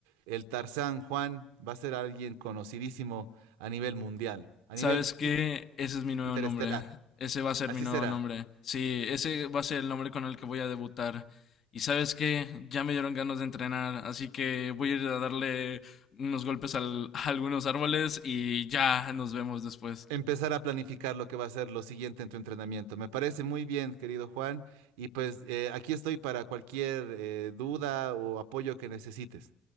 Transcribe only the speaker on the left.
¿Sabes
qué?
Ese es mi nuevo
nombre. Ese va a ser
mi nuevo
nombre. Sí, ese va a ser el nombre con el que voy a debutar. Y sabes qué, ya me dieron ganas de entrenar, así que voy a ir a darle unos golpes al- a algunos árboles y ya nos vemos después.